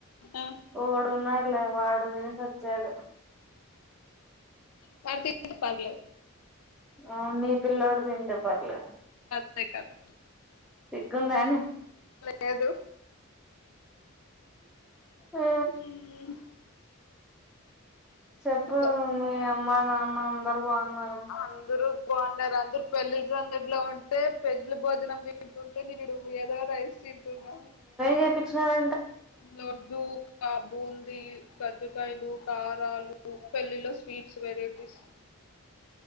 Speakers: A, on the left (about 85°); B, in the centre.
A: ఆ
B: ఓడున్నాడు లే వాడు దినేసొచ్చాడు
A: వాడు తింటే పర్లేదు
B: ఆ మీ పిల్లోడ్ తింటే పర్లేదు
A: అంతే కదా
B: సిగ్గుందానే
A: లేదు
B: ఆ
A: మ్
B: చెప్పు
A: ఇంకా
B: మీ అమ్మా నాన్న అందరు బాగున్న
A: అందరు బాగున్నారు అందరు పెళ్ళి సందడిలో ఉంటే పెడ్లి భోజనం తింటుంటే నేను డు ఏదో రైస్ తింటున్న
B: చేపిచ్చిన
A: లడ్డూ కాబుంది కజ్జకాయలు కారాలు పెళ్లిలో స్వీట్స్ వెరైటీస్